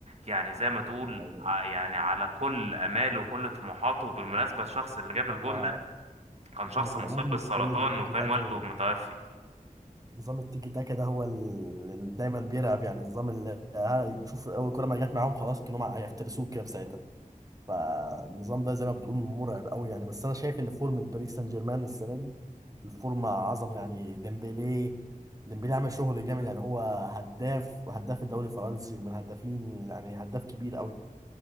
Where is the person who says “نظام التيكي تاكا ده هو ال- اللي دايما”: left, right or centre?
Right